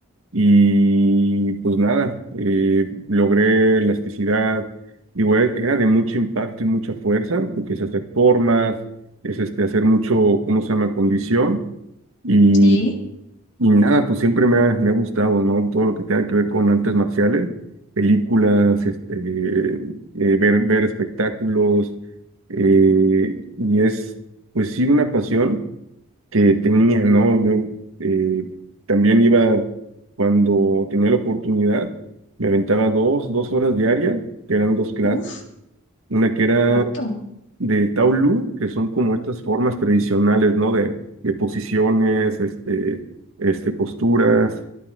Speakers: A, on the right; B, on the left.
A: y pues nada, eh, logré elasticidad, igual era de mucho impacto y mucha fuerza, porque es hacer formas, es este, hacer mucho, ¿cómo se llama?, condición. y
B: Sí,
A: y nada, pues siempre me ha, me ha gustado, ¿no? Todo lo que tenga que ver con artes marciales, películas, este, eh, ver, ver espectáculos, eh, y es, pues sí, una pasión que tenía, ¿no? Yo eh, también iba, cuando tenía la oportunidad, me aventaba dos, dos horas diarias, que eran dos clases,
B: uf,
A: una que era
B: harto.
A: de Taolu, que son como estas formas tradicionales, ¿no? De, de posiciones, este, este, posturas